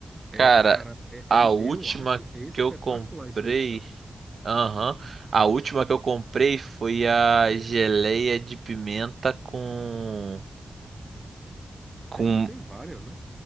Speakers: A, on the right; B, on the right.
A: É,
B: Cara,
A: cara, é, é-
B: a última
A: eu acho espetacular
B: que eu comprei.
A: isso daí, cara.
B: Aham. A última que eu comprei foi a geleia de pimenta com. Com
A: Tem, tem várias, né?